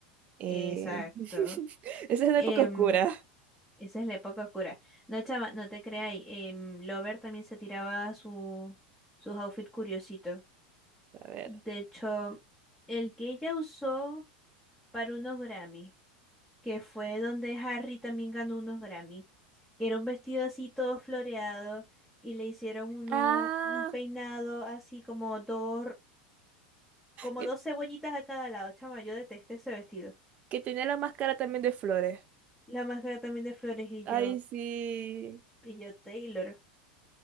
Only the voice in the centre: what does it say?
Exacto.
Em,
esa es la época oscura. No, chama, no te creáis. em, Lover también se tiraba su, sus outfits curiositos.
De hecho, el que ella usó para unos Grammy, que fue donde Harry también ganó unos Grammy, que era un vestido así todo floreado y le hicieron uno,
un peinado así como dos, como
dos cebollitas a cada lado. Chama, yo detesté ese vestido.
La máscara también de flores y
yo,
y yo, Taylor,